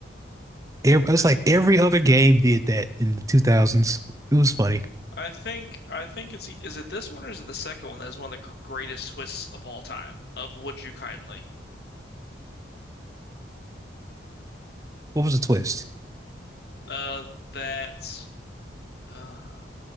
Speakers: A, on the right; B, on the left.
A: ev- it's
B: Uh,
A: like every other game did that in the 2000s. It was funny.
B: I think I think it's is it this one or is it the second one that is one of the greatest twists of all time of Would You Kindly?
A: What was the twist?
B: Uh, that uh,